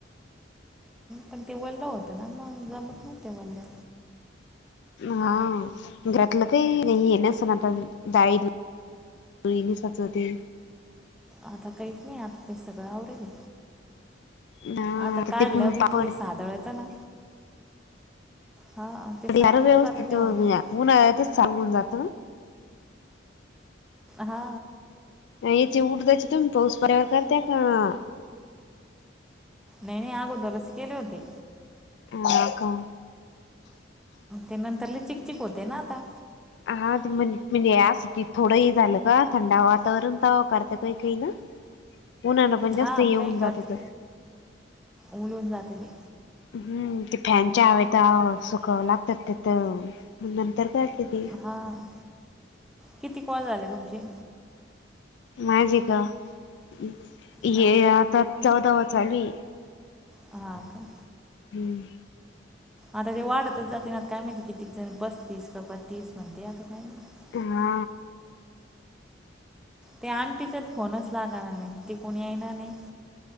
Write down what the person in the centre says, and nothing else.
पण ते वलं होतं ना मग जमतं नव्हते वल्या
आता काहीच नाही आता ते सगळं आवरलं
आता काढलं
बीत पे सादळायचा ना हा ते सादळून
जातं तेव्हा
हा
नाही नाही अगोदरस केले होते
ते नंतर लय चिकचक होते ना आता?
हा
काही
करते
उलून जाते ते
हां किती कॉल झाले तुमचे?
हां
हा का
आता ते वाट आता जाता नात काय मी ते कितती जण पस्तीस क पत्तीसणते आता काय माहित
ते आणटीच्यात फोनच लागणार नाही ते कोणी येणार नाही